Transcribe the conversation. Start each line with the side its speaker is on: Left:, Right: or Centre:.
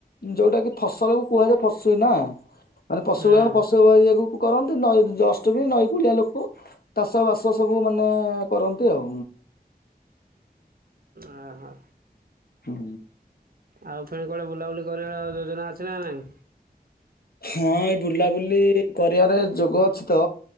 Left: ଯୋଉଟା କି ଫସଲକୁ କୁହାଯାଏ ଫସୁ ନା ମାନେ ପଶୁ
Right: ଓହୋ
Left: ପଶୁଇଏକୁ କରନ୍ତି ନଈ ଜଷ୍ଟ ବି ନଈ କୁଳିଆ ଲୋକ। ଚାଷ ବାସ ସବୁ ମାନେ କରନ୍ତି ଆଉ।
Right: ଆ ହା।
Left: ହୁଁ।
Right: ଆଉ ଫୁଣି କୁଆଡେ ବୁଲାବୁଲି କରିବା ଯୋଜନା ଅଛି ନା ନାଇଁ?
Left: ହଁ ଏଇ ବୁଲାବୁଲି କରିବାରେ ଯୋଗ ଅଛି ତ